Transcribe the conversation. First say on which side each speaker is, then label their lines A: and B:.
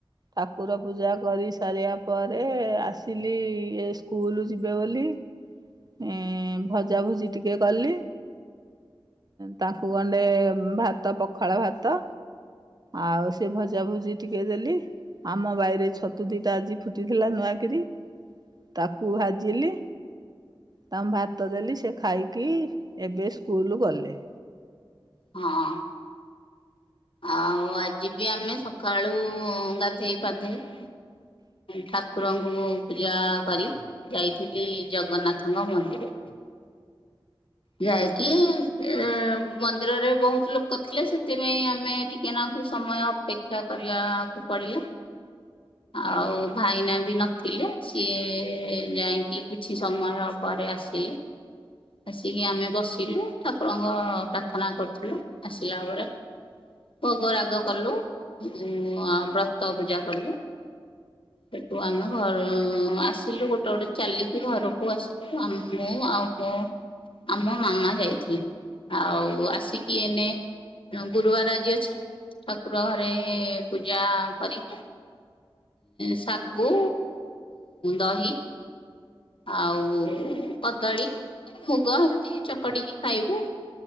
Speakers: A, on the right (about 50°); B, on the left (about 75°).
A: ଠାକୁର ପୂଜା କରି ସାରିବା ପରେ ଆସିଲି ଏ ସ୍କୁଲ ଯିବେ ବୋଲି ଏ ଭଜା ଭୁଜି ଟିକେ କଲି। ତାଙ୍କୁ ଗଣ୍ଡେ ଭାତ ପଖାଳ ଭାତ ଆଉ ସେ ଭଜା ଭୁଜି ଟିକେ ଦେଲି ଆମ ବାଇ ଛତୁ ଦିଟା ଆଜି ଫୁଟିଥିଲା ନୂଆକିରି ତାକୁ ଭାଜିଲି। ତାଙ୍କୁ ଭାତ ଦେଲି ସେ ଖାଇକି ଏବେ ସ୍କୁଲ୍ ଗଲେ।
B: ହଁ। ଆଉ ଆଜି ବି ଆମେ ସକାଳୁ ଗାଧେଇ ପାଧେଇ ଠାକୁରଙ୍କୁ ପୂଜା କରି ଯାଇଥିଲି ଜଗନ୍ନାଥଙ୍କ ମନ୍ଦିର। ଯାଇକି ଏ ମନ୍ଦିରରେ ବହୁତ ଲୋକ ଥିଲେ ସେଥିପାଇଁ ଆମେ ଟିକେନାକୁ ସମୟ ଅପେକ୍ଷା କରିବାକୁ ପଡ଼ିଲା। ଆଉ ଭାଇନା ବି ନଥିଲେ ସିଏ ଯାଇକି କିଛି ସମୟ ପରେ ଆସିଲେ। ଆସିକି ଆମେ ବସିଲୁ ଠାକୁରଙ୍କ ପ୍ରାର୍ଥନା କରୁଥିଲୁ ଆସିଲା ବେଳେ। ଭୋଗ ରାଗ କଲୁ ମୁଁ ଆ ବ୍ରତ ପୂଜା କଲୁ। ସେଠୁ ଆମେ ଘର ଆସିଲୁଗୋଟେ ଗୋଟେ ଚାଲିକି ଘରକୁ ଆସିଲୁ। ମୁଁ ଆମ୍ ମୁଁ ଆଉ ବୋଉ ଆମ ମାମା ଯାଇଥିଲେ ଆଉ ଆସିକି ଏନେ ଆଉ ଗୁରୁବାର ଆଜି ଅଛି ଠାକୁର ଘରେ ପୂଜା କରିକି ଶାଗୁ, ଦହି ଆଉ କଦଳୀ। ତ ଏମତି ଚକଟିକି ଖାଇବୁ